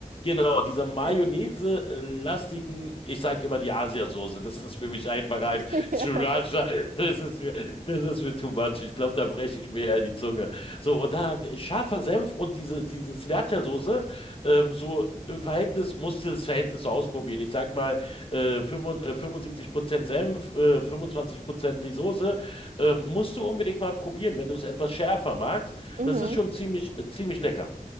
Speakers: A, on the left; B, on the right.
A: Genau, dieser Mayonnaise-lastigen,
B: Ja.
A: ich sage immer die Asiasoße. Das ist für mich einfacher
B: <laughs>
A: als Sriracha. Das ist mir, das ist mir too much. Ich glaube, da breche ich mir eher die Zunge. So, und dann hat scharfer Senf und diese, diese Sriracha-Soße, ähm, so im Verhältnis, musste das Verhältnis so ausprobieren. Ich sag mal, äh, 5 äh, 75% Senf, äh, 25% die Soße. Ähm, musst du unbedingt mal probieren, wenn du es etwas schärfer magst.
B: Ja.
A: Das
B: Mhm.
A: ist schon ziemlich, äh, ziemlich lecker.